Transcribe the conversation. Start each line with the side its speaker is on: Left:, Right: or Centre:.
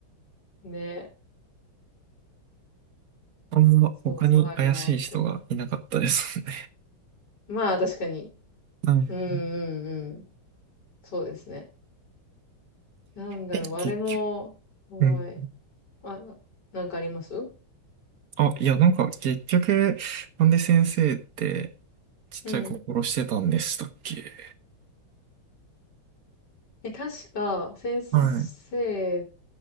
Left: ね。
Right: あんま他に怪しい人がいなかったですね。
Left: そう、怖いなって。まあ、確かに。
Right: うん。
Left: うんうんうん。そうですね。なんだろう、
Right: え、結局。
Left: あれも、怖い。
Right: うん。
Left: あ、なんかあります
Right: あ、いや、なんか結局、なんで先生ってちっちゃい子殺してたんでしたっけ
Left: うん。え、確か、先生、
Right: はい。